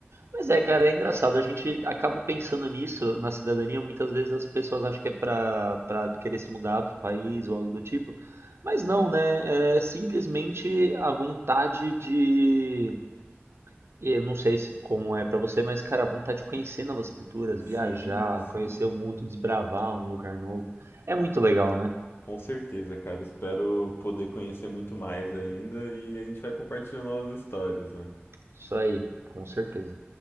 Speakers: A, on the right; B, on the left.
A: Mas é, cara, é engraçado. A gente acaba pensando nisso na cidadania. Muitas vezes as pessoas acham que é pra, pra querer se mudar pro país ou algo do tipo. Mas não, né? É simplesmente a vontade de. Eu não sei se como é pra você, mas, cara, a vontade de conhecer novas culturas,
B: Sim,
A: viajar,
B: sim.
A: conhecer o mundo, desbravar um lugar novo. É muito legal, né?
B: Com certeza, cara. Espero poder conhecer muito mais ainda e a gente vai compartilhando novas histórias, né?
A: Isso aí, com certeza.